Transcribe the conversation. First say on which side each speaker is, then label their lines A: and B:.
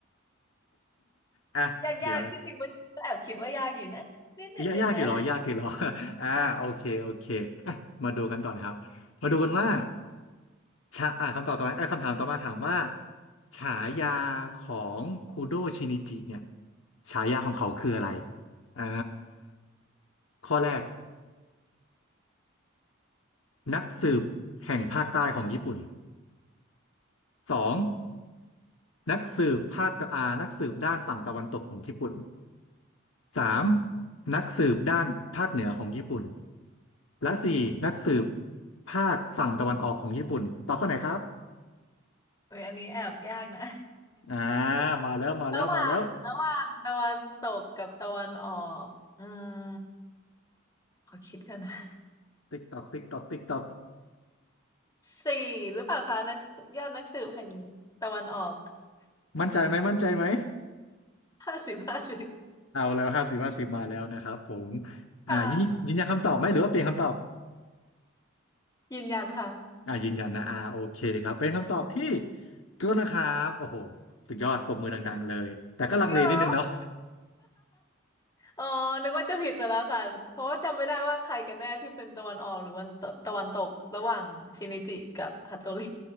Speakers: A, on the left (about 75°); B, on the left (about 20°).
A: อ่ะเดี๋ยว
B: ยากยากที่จริงมันก็แอบคิดว่ายากอยู่นะนิดนิดนึงนะ
A: ยากยากอยู่หรอยากกี่หรอ <laughs> อ่าโอเคโอเคอ่ะมาดูกันต่อนะครับมาดูกันว่าชาอ่าคำตอบต่อมาไปอ้คำถามต่อมาถามว่าฉายาของคูโดชินิจิเนี่ยฉายาของเขาคืออะไรอ่าข้อแรกนักสืบแห่งภาคใต้ของญี่ปุ่นสองนักสืบภาคตะอานักสืบด้านฝั่งตะวันตกของญี่ปุ่น สามนักสืบด้านภาคเหนือของญี่ปุ่นและสี่นักสืบภาคฝั่งตะวันออกของญี่ปุ่นตอบข้อไหนครับ
B: โอ้ยอันนี้แอบยากนะ
A: อ่ามาแล้วมาแล้วมาแล้ว
B: ระหว่างระหว่างตะวันตกกับตะวันออกอืมขอคิดกันนะ
A: ติ๊กตอกติ๊กตอกติ๊กตอก
B: สี่หรือเปล่าคะนักยอดนักสืบแห่งตะวันออก
A: มั่นใจไหมมั่นใจไหม
B: <laughs> ห้าสิบห้าสิบ
A: เอาแล้วห้าสิบห้าสิบมาแล้วนะครับผมอ่ายืนยืนยันคำตอบไหมหรือว่าเปลี่ยนคำตอบ
B: ค่ะยืนยันค่ะ
A: อ่ายืนยันนะอ่าโอเคครับเป็นคำตอบที่ถูกต้องนะครับโอ้โหสุดยอดปรบมือดังๆเลยแต่ก็ลังเลนิดนึงเนาะ
B: จริงเหรออ๋อนึกว่าจะผิดซะแล้วค่ะเพราะว่าจำไม่ได้ว่าใครกันแน่ที่เป็นตะวันออกหรือวันตะตะวันตกระหว่างชินิจิกับฮัตโตริ